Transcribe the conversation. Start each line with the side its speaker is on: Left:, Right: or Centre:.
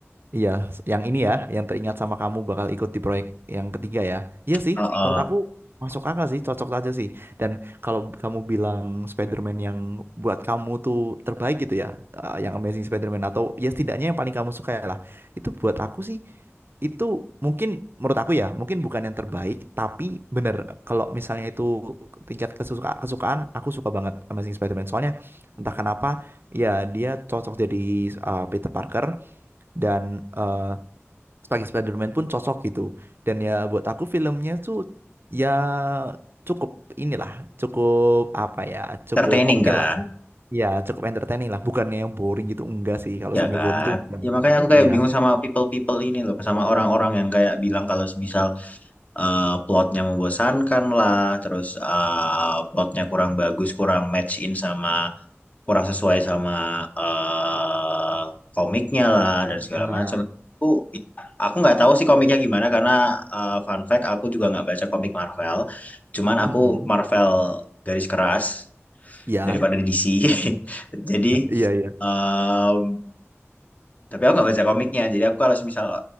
Right: Iya, yang ini ya, yang teringat sama kamu bakal ikut di proyek yang ketiga ya. Iya sih,
Left: Oh, oh.
Right: menurut aku masuk akal sih, cocok aja sih. Dan kalau kamu bilang Spider-Man yang buat kamu tuh terbaik gitu ya, eh, yang Amazing Spider-Man atau ya setidaknya yang paling kamu suka ya lah. Itu buat aku sih, itu mungkin menurut aku ya, mungkin bukan yang terbaik, tapi bener kalau misalnya itu tingkat kesuka kesukaan, aku suka banget Amazing Spider-Man. Soalnya entah kenapa ya dia cocok jadi uh, Peter Parker dan eh sebagai Spider-Man pun cocok gitu dan ya buat aku filmnya tuh ya cukup inilah cukup apa ya cukup
Left: Entertaining
Right: oke
Left: kan?
Right: lah Iya cukup entertaining lah bukannya yang boring gitu enggak sih kalau
Left: Ya
Right: sampai
Left: kan?
Right: boring tuh enggak
Left: Ya makanya
Right: gitu
Left: aku kayak
Right: iya
Left: bingung sama people-people ini loh. Sama orang-orang yang kayak bilang kalau semisal eh, plotnya membosankan lah. Terus eh, plotnya kurang bagus, kurang match in sama kurang sesuai sama eh, komiknya lah dan
Right: iya
Left: segala macam. Aku aku nggak tahu sih komiknya gimana karena eh, fun fact aku juga nggak baca komik Marvel. Cuman aku
Right: mm
Left: Marvel garis keras
Right: ya
Left: daripada DC. <laughs> Jadi
Right: iya iya
Left: em, tapi aku nggak baca komiknya. Jadi aku kalau misal